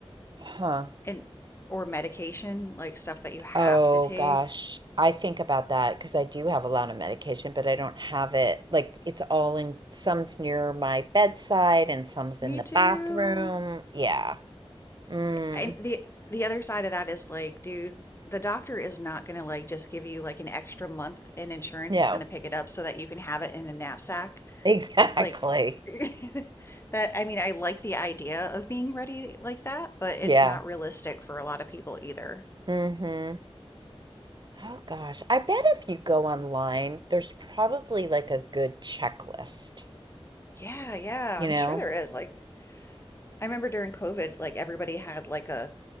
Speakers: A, on the right; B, on the left.
A: Huh.
B: And or medication, like stuff that you have
A: Oh
B: to take.
A: gosh, I think about that because I do have a lot of medication, but I don't have it like it's all in some's near my bedside and some's
B: Me
A: in the
B: too.
A: bathroom. Yeah. Mm,
B: And the the other side of that is like, dude, the doctor is not going to like just give you like an extra month and insurance
A: no,
B: is going to pick it up so that you can have it in a knapsack
A: <laughs> exactly.
B: like <laughs> that I mean, I like the idea of being ready like that, but it's
A: Yeah.
B: not realistic for a lot of people either.
A: Mm-hmm. Oh gosh, I bet if you go online, there's probably like a good checklist,
B: Yeah, yeah,
A: you
B: I'm
A: know?
B: sure there is. Like I remember during COVID, like everybody had like a